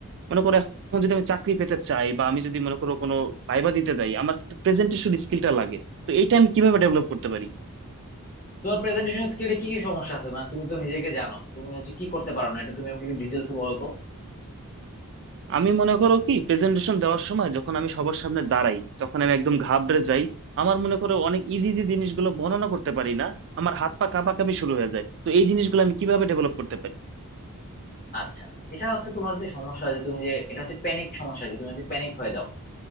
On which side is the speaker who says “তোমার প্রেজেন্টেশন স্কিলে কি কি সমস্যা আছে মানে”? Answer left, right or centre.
Left